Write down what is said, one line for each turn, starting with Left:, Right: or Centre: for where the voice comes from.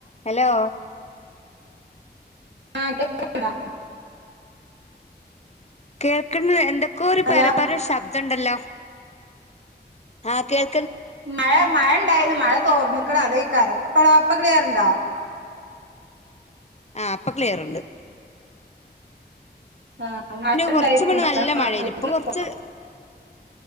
Left: Hello
Right: ആഹ് <inaudible>
Left: കേൾക്ക്ന്ന് എന്തൊക്കോ ഒരു
Right: hello
Left: പരപര ശബ്ദണ്ടല്ലോ ആ കേൾ
Right: മഴ മഴ ഇണ്ടായിരുന്നു. മഴ തോർന്ന് ക്ക്ണ് അതെയ്ക്കാരം ഇപ്പതാ ഇപ്പ ക്ലിയറ് ഇണ്ടാ?
Left: ആ ഇപ്പ ക്ലിയറ്ണ്ട്.
Right: ആ മഴ ഇണ്ടായിരുന്നു.
Left: കുറച്ച് മുന്നെ നല്ല
Right: മഴ മാറി
Left: മഴേനി ഇപ്പൊ
Right: <inaudible>
Left: കൊറച്ച്